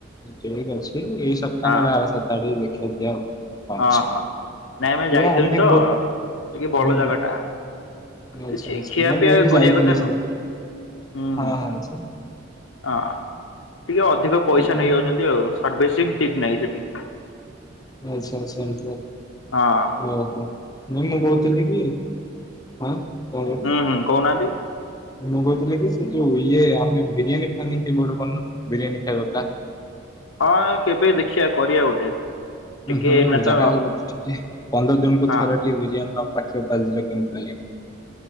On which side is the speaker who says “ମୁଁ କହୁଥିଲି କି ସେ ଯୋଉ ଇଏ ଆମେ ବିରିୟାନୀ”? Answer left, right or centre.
Left